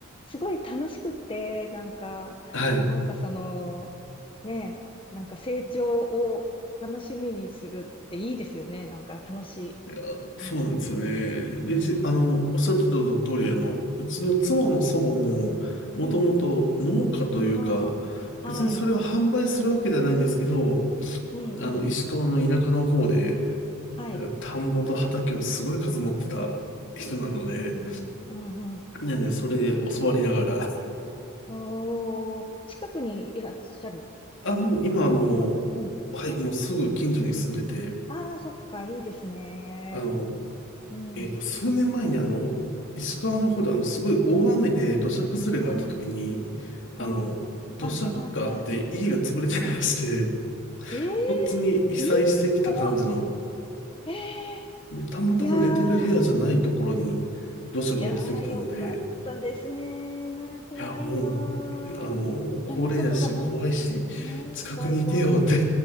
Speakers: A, on the left; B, on the left.
A: すごい楽しくって、なんか、
B: はい。
A: なんかその、ね、なんか成長を楽しみにするっていいですよね。なんか楽しい。
B: いや、そうなんですよね。
A: うん。
B: レジ、あの、おっしゃってた通り、あの、うちの妻の祖母も、もともと農家というか、
A: うん。ああ、
B: 別にそれを販売するわけではないんですけど、
A: はい。うんうん。
B: あの、石川の田舎の方で、
A: はい。
B: なんか田んぼと畑をすごい数持ってた人なので、
A: うんうん、うんうん。
B: なんでそれで教わりながら、
A: ほー、近くにいらっしゃる
B: あ、もう今あの、
A: のうん、
B: はい、もうすぐ近所に住んでて、
A: うん。ああ、そっか、いいですね。
B: あの、
A: うん。
B: えっと、数年前にあの、石川の方であの、すごい大雨で土砂崩れがあった時に、
A: はい。ああ、
B: あの、土砂が、
A: あ、はい、はい、
B: で、家が潰れてまして、
A: はい。ええーいい、
B: こっちに被災してきた感じの、
A: 怖っ。ええ
B: で、たまたま寝てる部屋じゃないところに土砂が落ちてきたので、
A: ーいやー、いやー、よかったですね。怖いわー。
B: いや、もう、あの、高齢だし、
A: そんなことがほん、
B: 怖いし、
A: ねえ、
B: 近くにいてよって
A: 怖い怖い。
B: <laughs> い